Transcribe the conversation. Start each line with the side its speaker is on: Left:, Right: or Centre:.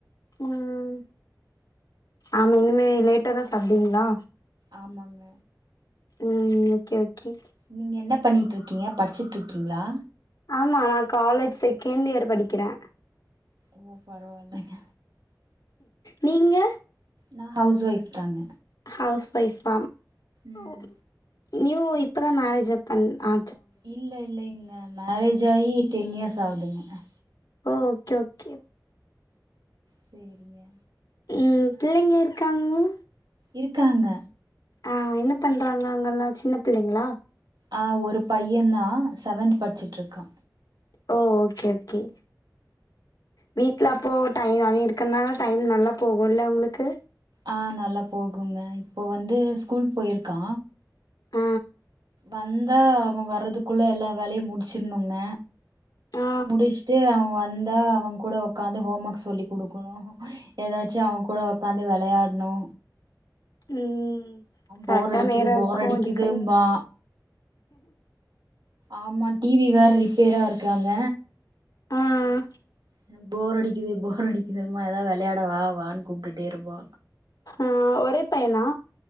Left: ம் ஆமா இனிமே லேட்டா தா சாப்டுவிங்ளா
Right: ஆமாங்க
Left: ம் ஓகே ஓகே
Right: நீங்க என்ன பண்ணிட்ருக்கீய படிச்சிட்ருக்கீங்ளா
Left: ஆமா நா காலேஜ் செகண்ட் இயர் படிக்கிறே
Right: ஓ பரவால்லங்க
Left: நீங்க
Right: நா ஹவுஸ் ஒய்ஃப் தாங்க
Left: ஹவுஸ் ஒய்ஃபா‌
Right: ம்
Left: ஓ நியூ இப்பதா மேரேஜ் அப் பண் ஆ
Right: இல்ல இல்ல இல்ல மேரேஜ் ஆயி டென் இயர்ஸ் ஆகுதுங்க
Left: ஓகே ஓகே
Right: செரிங்க
Left: ம் பிள்ளைங்க இருக்காங்ளா
Right: இருக்காங்க
Left: ஆ என்ன பண்றாங்க அவங்கெல்லா சின்ன பிள்ளைங்களா
Right: ஆ ஒரு பையன் தா செவன்த் படிச்சுட்ருக்கா
Left: ஓ ஓகே ஓகே வீட்ல அப்போ டைம் அவ இருக்கனால டைம் நல்லா போகுல்ல உங்களுக்கு
Right: ஆ நல்லா போகுங்க இப்போ வந்து ஸ்கூல் போயிருக்கா
Left: ஆ
Right: வந்தா அவ வர்றதுக்குள்ள எல்லா வேலையு முடிச்சிருனுங்க
Left: ஆ
Right: முடிச்ட்டு அவ வந்தா அவங்கூட உக்காந்து ஹோம் ஒர்க் சொல்லி குடுக்கணு ஏதாச்சு அவங்கூட உக்காந்து விளயாட்ணு
Left: ம் கரெக்டா
Right: போர் அடிக்குது
Left: நேரோ
Right: போர்
Left: இருக்கு
Right: அடிக்குதும்பா
Left: அதுக்கு
Right: ஆமா டி வி வேற ரிப்பேரா இருக்காங்க
Left: ஆ ஆ
Right: எனக் போர் அடிக்குது போர் அடிக்குதும்மா ஏதாவ் விளயாட வா வான்னு கூப்ட்டுட்டே இருப்பா
Left: ஆ ஒரே பையனா